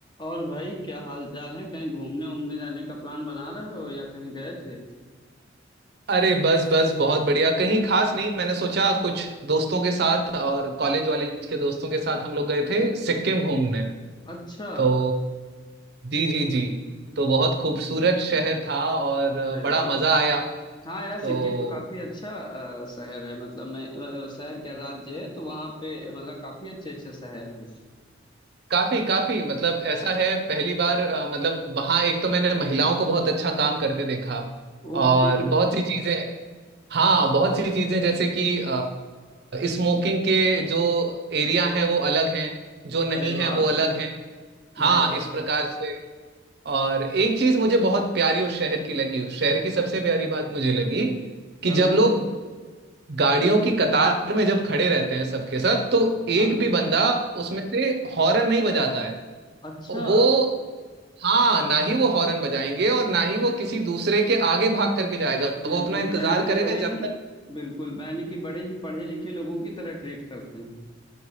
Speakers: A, on the left (about 25°); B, on the right (about 55°).
A: और भाई क्या हाल चाल है कहीं घूमने उमने जाने का प्लान बना रहे हो या कहीं गए थे
B: अरे बस बस बहुत बढ़िया कहीं खास नहीं मैंने सोचा कुछ दोस्तों के साथ और कॉलेज वालेज के दोस्तों के साथ हम लोग गए थे सिक्किम घूमने
A: अच्छा
B: तो जी जी जी तो बहुत खूबसूरत शहर था और
A: अरे
B: बड़ा
A: वाह
B: मजा आया
A: हाँ यार सिक्किम
B: तो
A: तो काफी अच्छा अ, शहर है मतलब मैं मतलब शहर क्या राज्य है तो वहाँ पे मतलब काफी अच्छे अच्छे शहर हैं
B: काफी काफी मतलब ऐसा है पहली बार अ, मतलब वहां एक तो मैंने महिलाओं को बहुत अच्छा काम करते देखा
A: ओके
B: और बहुत सी चीजें हाँ बहुत सी चीजें जैसे कि स्मोकिंग के जो एरिया हैं वो अलग हैं जो नहीं
A: अरे वाह
B: है वो अलग हैं हाँ
A: अरे वाह
B: इस प्रकार से और एक चीज मुझे बहुत प्यारी उस शहर की लगी उस शहर की सबसे प्यारी बात मुझे लगी कि
A: क्या
B: जब
A: लगी
B: लोग गाड़ियों की कतार में जब खड़े रहते हैं सबके सब तो एक
A: हाँ
B: भी बंदा उसमें से हॉर्न नहीं बजाता है
A: अच्छा
B: वो हाँ ना ही वो हॉर्न बजाएंगे और ना ही वो किसी दूसरे के आगे भाग करके जाएगा
A: बिल्कुल
B: वो अपना इंतजार
A: यानी कि
B: करेगा
A: बड़े
B: जब
A: ही
B: तक
A: बिल्कुल यानी कि बड़े ही पढ़े लिखे लोगों की तरह ट्रीट करते हैं